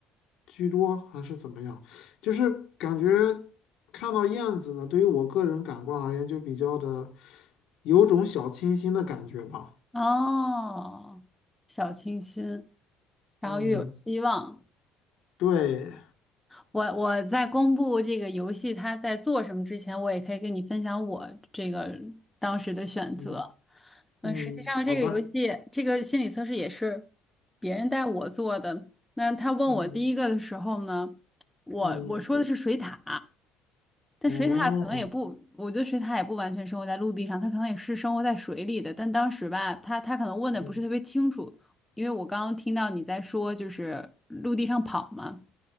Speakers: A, on the left (about 75°); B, in the centre.
A: 居多还是怎么样，就是感觉看到燕子呢，对于我个人感官而言，就比较的有种小清新的感觉吧。
B: 哦，小清新，然后又有希望。
A: 嗯，对，
B: 我我在公布这个游戏它在做什么之前，我也可以跟你分享我这个当时的选择。
A: 嗯
B: 嗯，
A: 嗯，
B: 实际上这个游戏这个心理测试也是
A: 好的，
B: 别人带我做的。那他问我第一个的时候呢，
A: 嗯
B: 我我说的是水獭，
A: 嗯，
B: 但水獭可能也不，
A: 哦，
B: 我觉得水獭也不完全生活在陆地上，它可能也是生活在水里的。但当时吧，他他可能问的不是特别清楚，
A: 嗯
B: 因为我刚刚听到你在说就是陆地上跑嘛，